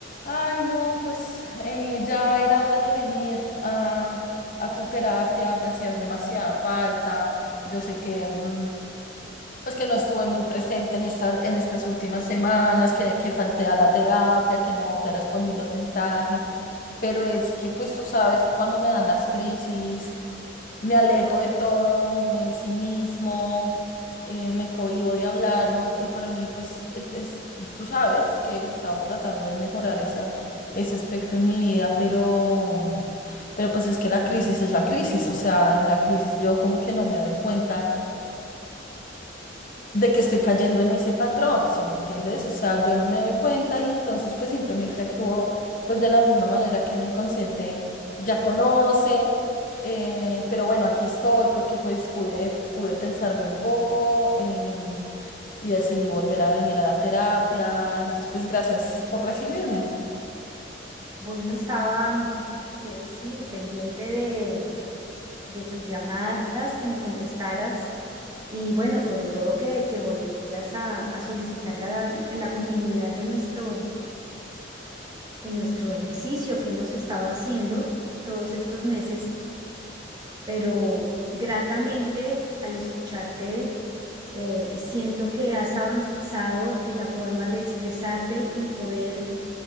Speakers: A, on the left; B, on the right.
A: Ay, no, pues eh, ya era hora de venir a, a tu terapia, me hacías demasiada falta. Yo sé que mm, pues que no estuve muy presente en estas en estas últimas semanas, que, que falté a la terapia, que no te respondí los mensajes, pero es que pues tú sabes que cuando me dan las crisis, me alejo de todo, me ensimismo, eh, me cohíbo de hablar, ¿no? Y para mí pues es, es- tú sabes que he estado tratando de mejorar esa, ese aspecto en mi vida, pero, pero pues es que la crisis es la crisis, o sea, en la crisis yo como que no me doy cuenta de que estoy cayendo en ese patrón, ¿sí me entiendes? O sea, yo no me doy cuenta y entonces pues simplemente actúo pues de la misma manera que mi inconsciente ya conoce, eh, pero bueno, aquí estoy porque pues pude, pude pensarlo un poco em, y decidí volver a venir a la terapia, entonces pues gracias por recibirme.
B: Bueno, estaba mm, eh, sí pendiente de, de tus llamadas, que me contestaras y bueno, sobre todo que, que volvieras a, a solicitar la, la continuidad de nuestro, de nuestro ejercicio que hemos estado haciendo todos estos meses, pero gratamente al escucharte eh, siento que has avanzado en la forma de expresarte y poder